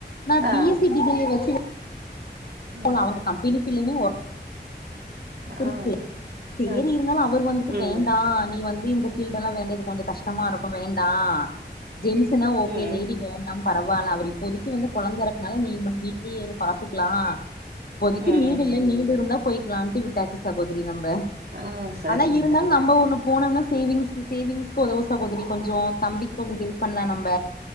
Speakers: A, on the left; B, on the right.
A: நா
B: ஆ
A: பி எஸ் சி டிகிரி வச்சி
B: ம்
A: போன அவங்க கம்பெனி இல்லனா ஓர் இருக்கு
B: ஆ
A: சேரிஅவர்
B: ஆ
A: வந்து இ
B: ம்
A: வேண்டா நீ வந்துட்டு இந் இதல்லா வேண்டியது கொஞ்ச கஷ்டமா இருக்கு வேண்டா ஜென்ஸ்னா ஓகே
B: ம்
A: லேடி வேண்டா பரவாயில்ல அவர் இப்போதைக்கு வந்து குழந்தை இருக்குனால நீ மட்டும் வீட்லயே இரு பாத்துக்கலா இப்பேதிக்கி
B: ம்
A: நிங்கா நீன்டு இருந்தா போயக்கிலான்டு காச்சி சகோ <unintelligible> நம்ம
B: ஆ சரிங்க
A: ஆனா இருந்தாலு நம்ம ஒண்ணு போனோனா சேவிங்ஸ் சேவிங்ஸ்க்கு ஒதவு சாகோதி கொஞ்ச தம்பிக்கு கொஞ்ச ஹெல்ப் பண்ணலா நம்ப